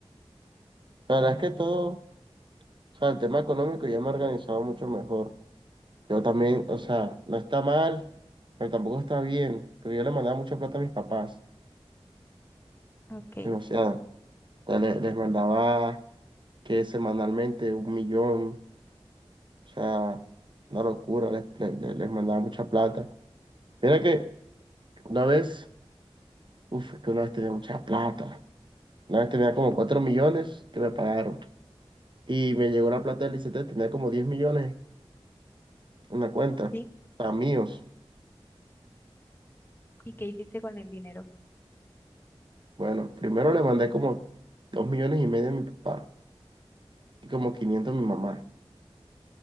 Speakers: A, on the right; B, on the left.
A: La verdad es que todo, o sea, el tema económico ya me he organizado mucho mejor. Yo también, o sea, no está mal, pero tampoco está bien. Pero yo le mandaba mucha plata a mis papás,
B: Ok,
A: demasiada. O sea, le- les mandaba que semanalmente un millón, o sea, una locura, les, les, les mandaba mucha plata. Mira que una vez, uff, que una vez tenía mucha plata. Una vez tenía como 4 millones que me pagaron. Y me llegó la plata del ICT, tenía como 10 millones en la cuenta,
B: sí.
A: para míos.
B: ¿Y qué hiciste con el dinero?
A: Bueno, primero le mandé como 2 millones y medio a mi papá y como 500 a mi mamá.